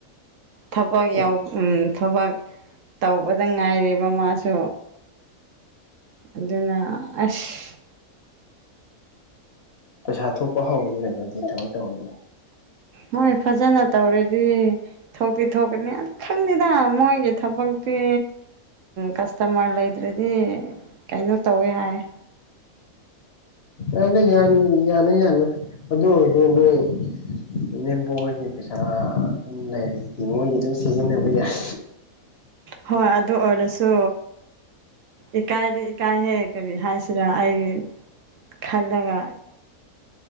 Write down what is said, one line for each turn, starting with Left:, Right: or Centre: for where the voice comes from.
Right: ꯊꯕꯛ
Left: ꯑꯦ
Right: ꯌꯥꯎ ꯎꯝ ꯊꯕꯛ ꯇꯧꯕꯗ ꯉꯥꯏꯔꯤꯕ ꯃꯥꯁꯨ ꯑꯗꯨꯅ ꯑꯁ
Left: ꯄꯩꯁꯥ ꯊꯣꯛꯄ ꯍꯧꯔꯅꯤ ꯀꯩꯅꯣ ꯑꯗꯨꯗꯤ ꯊꯕꯛ ꯇꯧꯔꯗꯤ
Right: ꯃꫭꯏ ꯐꯖꯅ ꯇꯧꯔꯗꯤ ꯊꯣꯛꯇꯤ ꯊꯣꯛꯀꯅꯤ ꯑꯗꯨ ꯈꯪꯗꯦꯗ ꯃꯣꯏꯒꯤ ꯊꯕꯛꯇꯤ ꯀꯁꯇꯃ꯭ꯔ ꯂꯩ ꯇꯔꯗꯤ ꯀꯩꯅꯣ ꯇꯧꯋꯦ ꯍꯥꯏꯌꯦ
Left: ꯑꯩꯅ ꯌꯥꯅꯤ ꯌꯥꯅ ꯌꯥꯅ ꯑꯗꯨ ꯑꯣꯏꯔꯁꯨ ꯅꯣꯏ ꯅꯦꯝꯕꯣ ꯍꯣꯏꯒꯤ ꯄꯩꯁꯥ ꯑꯗꯨꯝ ꯂꯩꯔꯤꯗꯨꯗꯤ ꯃꯣꯏꯒꯤ ꯑꯗꯨꯝ ꯁꯤꯖꯤꯟꯅꯕ ꯌꯥꯏ
Right: ꯍꯣꯏ ꯑꯗꯨ ꯑꯣꯏꯔꯁꯨ ꯏꯀꯥꯏꯗꯤ ꯏꯀꯥꯏꯍꯦꯛ ꯀꯔꯤ ꯍꯥꯏꯁꯤꯔ ꯑꯩꯒꯤ ꯈꯜꯂꯒ